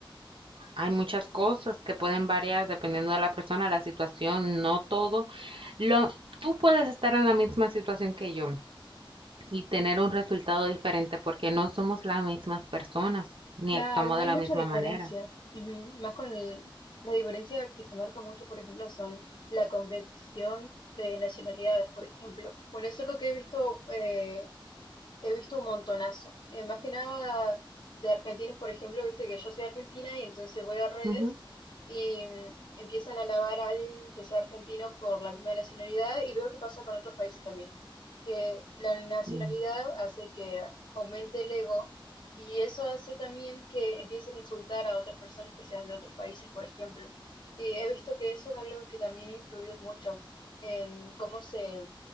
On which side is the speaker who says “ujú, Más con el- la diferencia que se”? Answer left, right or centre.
Left